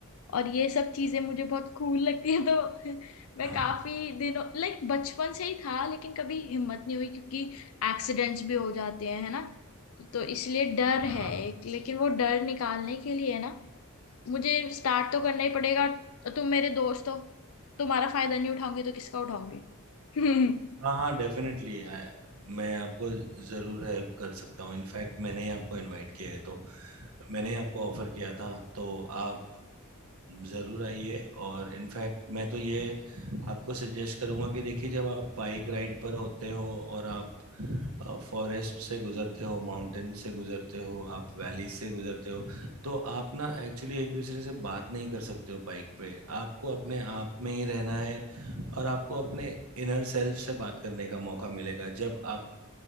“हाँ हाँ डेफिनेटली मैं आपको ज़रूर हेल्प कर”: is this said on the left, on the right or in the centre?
Right